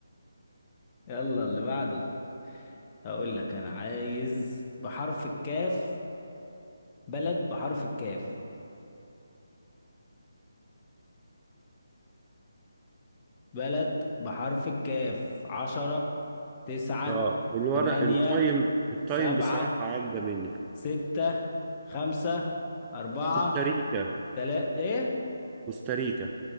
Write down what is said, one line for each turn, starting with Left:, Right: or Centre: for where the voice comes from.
Left: يلا اللي بعده هقول لك انا عايز بحرف الكاف بلد بحرف الكاف بلد بحرف الكاف عشرة تسعة
Right: اه الورق
Left: تمانية
Right: التايم التايم
Left: سبعة
Right: بصراحة عدى مني
Left: ستة خمسة أربعة
Right: كوستاريكا
Left: تلاتة إيه
Right: كوستاريكا